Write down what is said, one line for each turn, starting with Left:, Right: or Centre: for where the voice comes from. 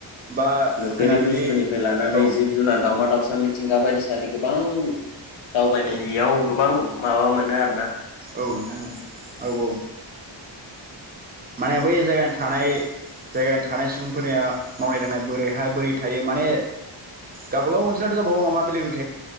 Right: बा
Left: नुफेरि
Right: खोनाफेरि
Left: बुस्थुनिफ्राय लानानै
Right: औ
Left: जिब जुनार दावमा दाव साम मिथिंगा बादि सारि गोबां दावबायनाययाव
Right: औ
Left: गोबां माबा मोनो आरो ना
Right: औ नोंथां औ औ औ माने बै जायगानि थानाय जायगानि थानाय सुबुंफोरनिया मावनाय दांनाय बोरैहाय बोरै थायो माने गाबागाव ओनसोल गावबा-गाव माबा बेलेग बे